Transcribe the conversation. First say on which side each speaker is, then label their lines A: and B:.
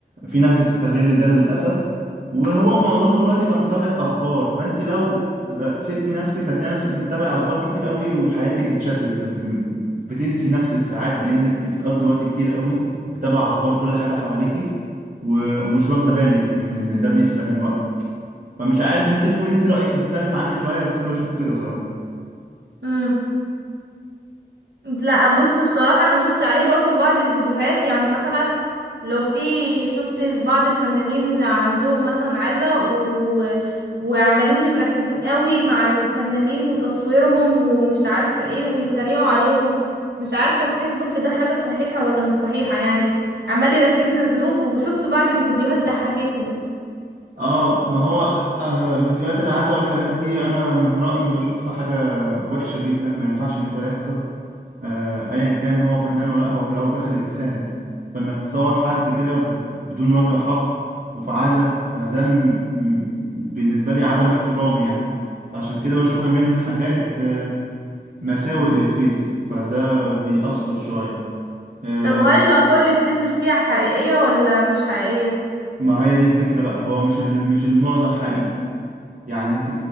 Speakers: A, on the right; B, on the right.
A: في ناس بتستغل ده للأسف وهو معظمه دلوقتي بقى متابعة اخبار فانت لو آه، سبتي نفسك هتلاقي نفسك بتتابعي اخبار كتير قوي وحياتك اتشدت فانت بتنسي نفسك ساعات لان انت بتقضي وقت كتير قوي متابعة أخبار كل حاجة حواليكي و... ومش واخدة بالك من إن ده بيسرق من وقتك فمش عارف ممكن تكون أنت رأيك مختلف عني شوية بس أنا بشوفه كده صراحة
B: امم لا بص بصراحة انا شفت عليه برضو بعض الفيديوهات يعني مثلا لو في شفت بعض الفنانين عندهم مثلا عزا و... و... وعمالين مركزين قوي مع الفنانين وتصويرهم ومش عارفة ايه ويتريقوا عليهم مش عارفة الفيسبوك ده حاجة صحيحة ولا مش صحيحة يعني عمال يركبنا ذنوب وشفت بعض الفيديوهات ضحكتني
A: آه ما هو آه فيديوهات العزا والحاجات دي أنا من رأيي بشوفها حاجة وحشة جدا ما ينفعش إن ده يحصل آه أيا كان هو فنان ولا لأ هو في الأول وفي الآخر إنسان فإنك تصور حد كده بدون وجه حق وفي عزا فده م... م- بالنسبة لي عدم احترامي يعني فعشان كده بشوفها من الحاجات مساوئ للفيس فده بيأثر شوية آه،
B: طب وهل الاخبار اللي بتنزل فيها حقيقية ولا مش حقيقية
A: ما هي دي الفكرة بقى هو مش ال- مش المعظم حقيقي يعني انت